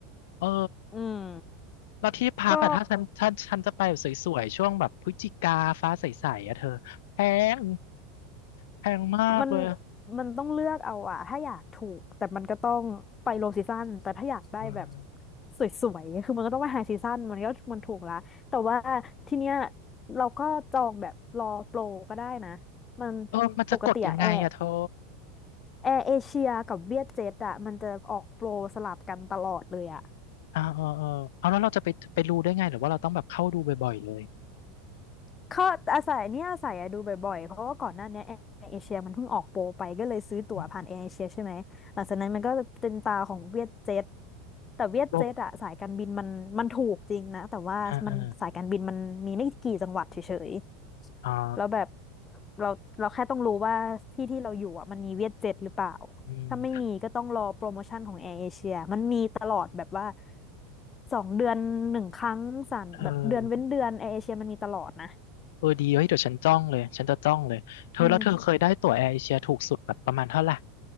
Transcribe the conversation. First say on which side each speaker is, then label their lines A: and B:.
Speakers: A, on the left; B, on the left.
A: เออ
B: <laughs> อืม
A: แล้วที่พักอะถ้าฉันถ้าฉันจะไปแบบสวยๆช่วงแบบพฤศจิกาฟ้าใสๆอะเธอแพง
B: ก็
A: แพงมากเลย
B: มันมันต้องเลือกเอาอะ ถ้าอยากถูกแต่มันก็ต้องไปโลซีซั o นแต่ถ้าอยากได้แบบ
A: เออ
B: สวยๆคือมันก็ต้องไปไฮซีซั o นมันก็มันถูกละแต่ว่าทีเนี้ยเราก็จองแบบรอโปรก็ได้นะมัน
A: เออมันจะกดยังไงอะเธอ
B: ปกติอะแอร์ แอร์เอเชียกับเวียดเจ็ตอ่ะมันจะออกโปรสลับกันตลอดเลยอ่ะ
A: อ่าเออเออเอาแล้วเราจะไปไปรู้ได้ไงหรือว่าเราต้องแบบเข้าดูบ่อยๆเลย
B: เขาอาศัยเนี่ยอาศัยอะดูบ่อยๆเพราะว่าก่อนหน้าเนี้แอร์เอเชียมันเพิ่งออกโปรไปก็เลยซื้อตั๋วผ่านแอร์เอเชียใช่ไหมหลังจากนั้นมันก็จะเป็นตาของเวียดเจ็ต
A: อืม
B: แต่เวียดเจ็ตอ่ะสายการบินมันมันถูกจริงนะแต่ว่ามันสายการบินมันมีไม่กี่จังหวัดเฉย
A: โลอ่าอ่าอ๋อ
B: แล้วแบบเราเราแค่ต้องรู้ว่าที่ที่เราอยู่อ่ะมันมีเวียดเจ็ตหรือเปล่า
A: อืม
B: ถ้าไม่มีก็ต้องรอโปรโมชั่นของแอร์เอเชียมันมีตลอดแบบว่าสองเดือนหนึ่งครั้งสั่นแบบเดือนเว้นเดือนแอร์เอเชียมันมีตลอดนะ
A: เออเออดีเฮ้ยเดี๋ยวฉันจ้องเลยฉันจะจ้องเลยเธอแล้วเธอเคยได้ตั๋วแอร์เอเชียถูกสุดแบบประมาณเท่าไหร่
B: อืม